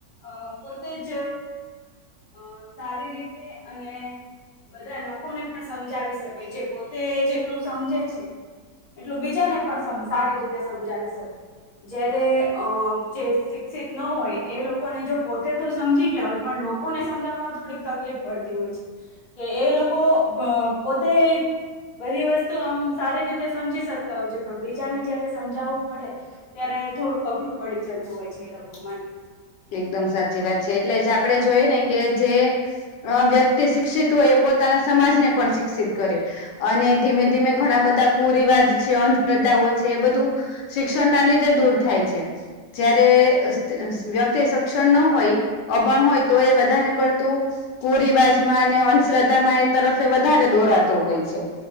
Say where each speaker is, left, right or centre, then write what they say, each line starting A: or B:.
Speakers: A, on the left; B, on the left.
A: અ પોતે જ અ સારી રીતે અને બધા લોકોને પણ સમજાવી શકે જે પોતે જેટલું સમજે છે. એટલું બીજાને પણ સમ સારી રીતે સમજાવી શકે. જયારે અ જે શિક્ષિત ન હોય એ લોકોને જો પોતે તો સમજી ગયા હોય પણ લોક લોકો ને સમજાવવામાં થોડીક તકલીફ પડતી હોય છે કે એ લોકો પોતે બધી વસ્તુ આમ સારી રીતે સમજી હોય છે પણ બીજાને જયારે સમજાવવું પડે ત્યારે થોડું અઘરું પડી જતું હોય છે એ લોકો માટે.
B: એકદમ સાચી વાત છે એટલે જ આપડે જોયએ ને કે જે અ વ્યક્તિ શિક્ષિત હોય એ પોતાના સમાજને પણ શિક્ષિત કરે અને ધીમે-ધીમે ઘણા બધા લગતા કુરિવાજ છે અંધ્રદ્ધાઓ છે એ બધું શિક્ષણ ના લીધે દૂર થાય છે. જયારે અ સ વ્યતિ વ્યક્તિ સક્ષણ ન હોય અભણ હોય તો એ વધારે પડતું કુરિવાજ માં અને અંધશ્રદ્ધામાં એ તરફ એ વધારે દોરાતો હોય છે.